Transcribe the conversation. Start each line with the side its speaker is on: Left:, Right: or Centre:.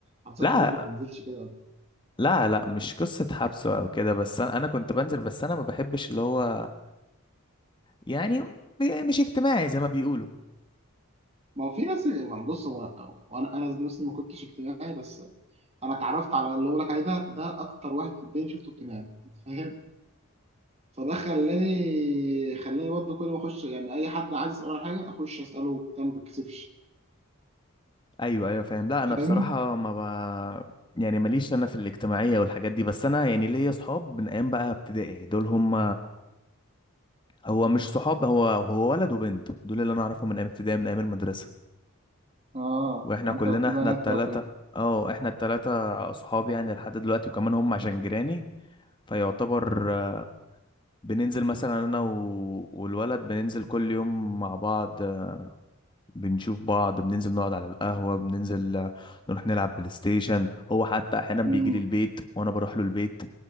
Right: حبسك
Left: لا
Right: في البيت ما بتنزلش كده
Left: لا لا مش قصة حبسه او كده بس انا أنا كنت بنزل بس انا ما بحبش اللي هو يعني ب- مش اجتماعي زي ما بيقولوا
Right: ما هو في ناس يعني بص هو وانا انا نفسي ما كنتش اجتماعي بس انا اتعرفت على اللي بقولك عليه ده ده اكتر واحد في الدنيا شفته اجتماعي انت فاهم فده خلاني خلاني برضه كل ما اخش يعني اي حد عايز اساله على حاجه اخش اساله وبتاع ما بتكسفش
Left: ايوه ايوه فاهم لا انا
Right: فاهمني
Left: بصراحة ما ب... يعني ماليش انا في الاجتماعية والحاجات دي بس انا يعني ليا صحاب من ايام بقى ابتدائي دول هم هو مش صحاب هو هو ولد وبنت دول اللي انا اعرفهم من ايام ابتدائي من ايام المدرسة
Right: اه
Left: واحنا
Right: انت
Left: كلنا
Right: في
Left: احنا
Right: بنات
Left: التلاتة
Right: بقى وكده
Left: اه احنا التلاتة اصحاب يعني لحد دلوقتي وكمان هم عشان جيراني فيعتبر آه، بننزل مثلا انا و... والولد بننزل كل يوم مع بعض آه، بنشوف بعض بننزل نقعد على القهوة بننزل آه، نروح نلعب بلاي ستيشن هو حتى احيانا بيجي
Right: امم
Left: لي البيت وانا بروح له البيت